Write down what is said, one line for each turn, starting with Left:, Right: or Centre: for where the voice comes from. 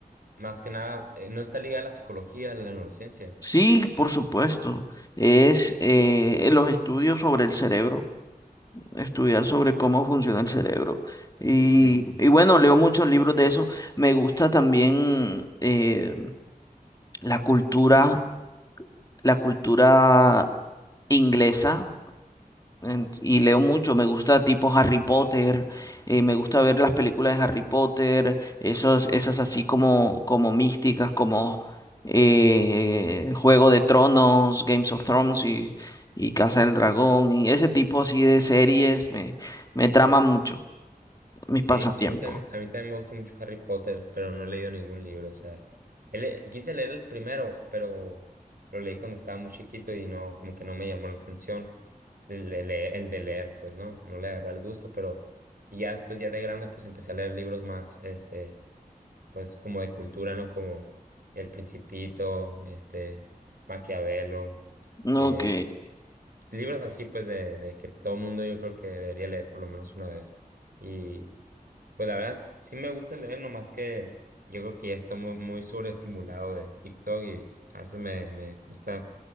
Right: más que nada, eh, no está ligada a la psicología, a la neurociencia.
Left: Sí, por supuesto. Es eh, los estudios sobre el cerebro. estudiar sobre cómo funciona el cerebro. Y,
Right: Ujú.
Left: y bueno, leo muchos libros de eso. Me gusta también eh, la cultura, la cultura inglesa. en- Y leo mucho, me gusta tipo Harry Potter, eh, me gusta ver las películas de Harry Potter, esos, esas así como, como místicas, como eh, Juego de Tronos, Games of Thrones y, y Casa del Dragón, y ese tipo así de series me, me traman mucho. Mis
Right: Sí,
Left: pasatiempos.
Right: sí, a mí también, a mí también me gusta mucho Harry Potter, pero no he leído ningún libro, o sea, él le- quise leer el primero, pero lo leí cuando estaba muy chiquito y no, como que no me llamó la atención el, de le- el de leer, pues no, no le agarré el gusto, pero y ya después, ya de grande, pues empecé a leer libros más, este, pues como de cultura, ¿no? Como El Principito, este, Maquiavelo,
Left: ¿no?
Right: eh,
Left: Ok.
Right: libros así, pues, de, de que todo mundo yo creo que debería leer por lo menos una vez. Y pues la verdad, sí me gusta leer, nomás que yo creo que ya estoy muy, muy sobreestimulado de TikTok y a veces me, me cuesta